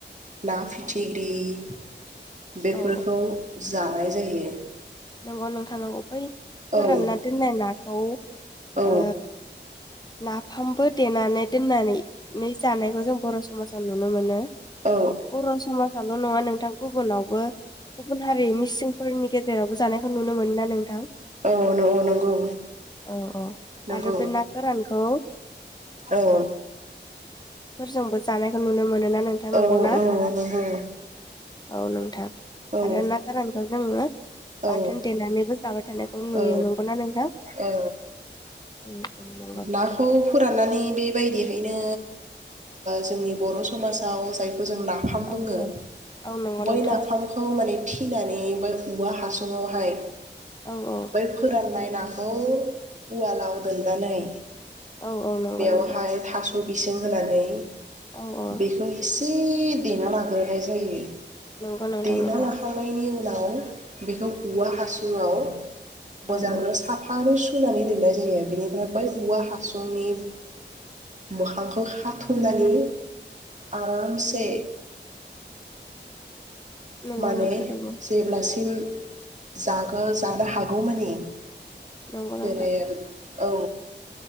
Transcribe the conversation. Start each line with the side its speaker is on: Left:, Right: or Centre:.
Right: ना फिथिग्रि इ बेफोरखौ
Left: औ
Right: जानाय जायो।
Left: नोंगौ नोंथां नंगौ बै फोरानना
Right: औ
Left: दोननाय नाखौ
Right: औ
Left: ओ नाफामबो देनानै दोननानै जानायखौ जों बर' समाजाव नुनो मोनो
Right: औ
Left: बर' समाजावल' नङा नोंथां गुबुनावबो गुबुन हारि मिसिंफोरनि गेजेराव नुनो मोनो ना नोंथां
Right: औ नं- नंगौ
Left: औ औ
Right: नंगौ
Left: आरो बे ना गोरानखौ
Right: औ
Left: फोरजोंबो जानायखो नुनो मोनो ना नोंथां
Right: औ
Left: नंगौ ना
Right: नंगौ
Left: औ नों थां।
Right: औ
Left: आरो ना गोरानखौ जोङो।
Right: औ
Left: बाथोन देनानैबो जाबाय थानायखौ नुयो
Right: औ
Left: नंगौना नोंथां?
Right: औ
Left: उम उम नंगौ।
Right: नाखौ फोराननानै बे। बेबायदिहैनो जोंनि बर' समाजाव जानाय जों नाफाम बुङो
Left: औ औ औ नंगौ
Right: बै
Left: नोंथां
Right: नाफामखौ माने थिनानै बो औवा हासुङावहाय
Left: औ औ
Right: बै फोराननाय नाखौ उवालाव देनानै
Left: औ औ नंगौ
Right: बेयावहाय
Left: नोंथां
Right: थास थास बिसं होनानै।
Left: औ औ
Right: बेखौ एसे देना लाग्रोनाय जायो
Left: नंगौ नोंथां
Right: देना
Left: नंगौ
Right: लाखांनायनि उनाव नाव। बेखौ औवा हासुंआव मोजांनो
Left: औ औ
Right: साफानो सु सोनानै दोननाय जायो बेनिफ्राय बै औवा हासुंनि मोखांखौ खाथुमनानै आरामसे
Left: नंगौ
Right: माने
Left: नोंथां नंगौ
Right: जेब्लासिम जागौ जानो हागौ मानि
Left: नंगौ नोंथां
Right: जेरै औ